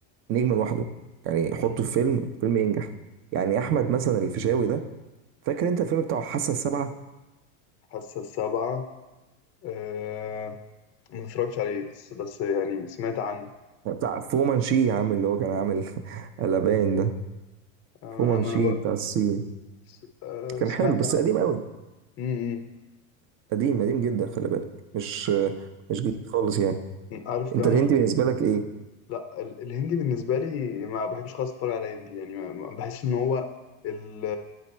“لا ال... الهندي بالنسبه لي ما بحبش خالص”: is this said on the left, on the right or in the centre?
Left